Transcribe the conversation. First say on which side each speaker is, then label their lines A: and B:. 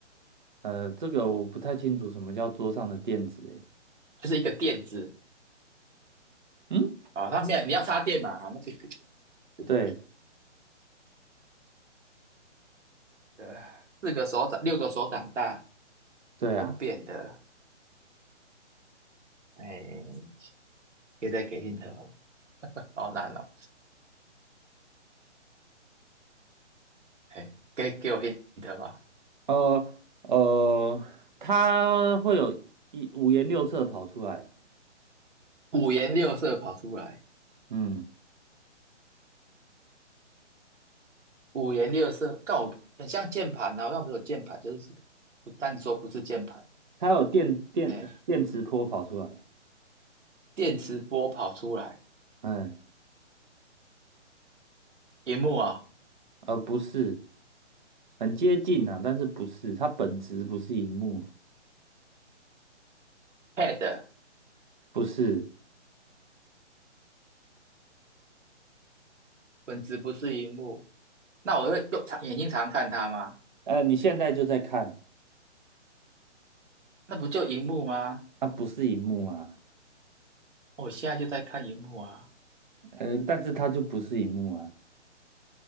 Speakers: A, on the right; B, on the right.
A: 呃，这个我不太清楚什么叫桌上的垫子诶。
B: 就是一个垫子
A: 嗯，
B: 啊，它没有你要插电嘛？啊，那就不对，
A: 对
B: 呃，四个手掌六个手掌大，
A: 对啊，
B: 很扁的，哎，可以再给 hint 吗？好难哦，哎，给给我 hint 吧，
A: 呃呃，它会有一五颜六色跑出来，
B: 五颜六色跑出来。
A: 嗯，
B: 五颜六色，但我很像键盘啊，好像没有键盘，就是不但说不是键盘，
A: 它有电电呃电磁波跑出来，
B: 哎，电磁波跑出来，
A: 哎，
B: 荧幕啊
A: 呃，不是很接近啊，但是不是它本质不是荧幕啊，
B: ，pad，
A: 不是，
B: 本子不是荧幕，那我会用长眼睛常常看它吗？
A: 呃，你现在就在看，
B: 那不就荧幕吗？
A: 它不是荧幕啊，
B: 我现在就在看荧幕啊
A: 呃，但是它就不是荧幕啊，